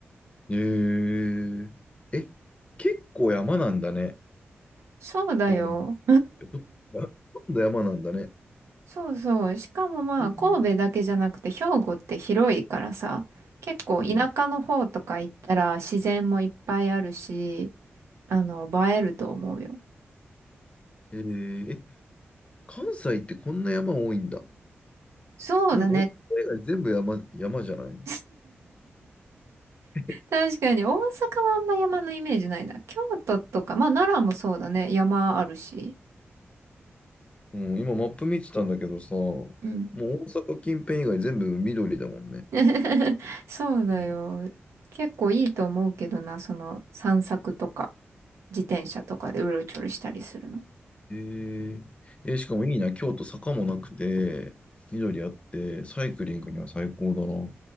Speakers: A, on the left; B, on the right.
A: えー、え、結構山なんだね。
B: そうだよ。
A: 交番。えこあ今度山なんだね。
B: そうそう。しかもまあ、
A: えー
B: 神戸だけじゃなくて、兵庫って広いからさ、結構田舎の方とか行ったら自然もいっぱいあるし、
A: うん。
B: あの、映えると思うよ。
A: えーえ、関西ってこんな山多いんだ。
B: そうだね。
A: なんか、大阪以外全部山、山じゃない
B: <laughs>
A: <laughs>
B: 確かに、大阪はあんま山のイメージないな。京都とか、まあ奈良もそうだね。山あるし。
A: うん、今マップ見てたんだけどさ、もう大阪近辺以外全部緑だもんね。
B: うん。<laughs> そうだよ。
A: うん、
B: 結構いいと思うけどな、その散策とか、自転車とかでうろちょろしたりするの。
A: えーえーしかもいいな、京都坂もなくて、緑あって、サイクリングには最高だな。